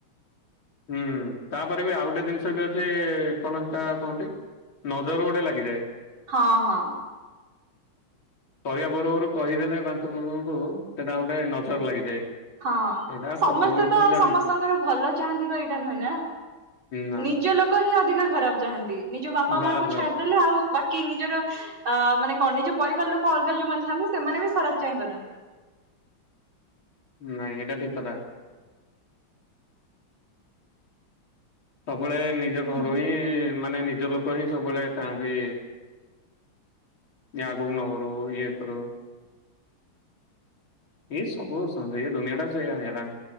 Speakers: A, on the left (about 75°); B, on the right (about 70°).
A: ହୁଁ ତାପରେ ବି ଆଉ ଗୋଟେ ଜିନିଷ ବି ଅ ସେ କଣ ସେଟା କହନ୍ତି, ନଜର ଗୋଟେ ଲାଗିଯାଏ।
B: ହଁ ହଁ।
A: କରିବା ପୂର୍ବରୁ କହିଦେଲେ ପାଞ୍ଚ ଲୋକଙ୍କୁ ସେଟା ଗୋଟେ ନଜର ଲାଗିଯାଏ,
B: ହଁ।
A: ସେଇଟା
B: ସମସ୍ତେ
A: ସତ କି ମିଛ
B: ତ
A: ମୁଁ ଜାଣିନି।
B: ସମସ୍ତଙ୍କର ଭଲ ଚାହାନ୍ତି ତ ଏଇଟା ନୁହେଁ ନା,
A: ନା
B: ନିଜ ଲୋକ ହିଁ ଅଧିକା ଖରାପ ଚାହାନ୍ତି। ନିଜ ବାପା
A: ବାସ୍
B: ମାଆଙ୍କୁ
A: ବାସ୍
B: ଛାଡିଦେଲେ ଆଉ ବା କି ନିଜର ଅ ମାନେ କଣ ନିଜ ପରିବାର ଲୋକ ଅଲଗା ଯୋଉମାନେ ଥାନ୍ତି ସେମାନେ ବି ଖରାପ ଚାହିଁପାରନ୍ତି।
A: ନାଇଁ ଏଟା ଠିକ କଥା। ସବୁବେଳେ ନିଜ ଘରୁ
B: ହୁଁ
A: ହିଁ ମାନେ ନିଜ ଲୋକ ହିଁ ସବୁବେଳେ ଥାଆନ୍ତି ଯେ ଆଗକୁ ନ ବଢୁ ଇଏ କରୁ ଇଏ ସବୁ ସନ୍-ଏ ଦୁନିଆଟା ସେଇଆ ହେଇଗଲାଣି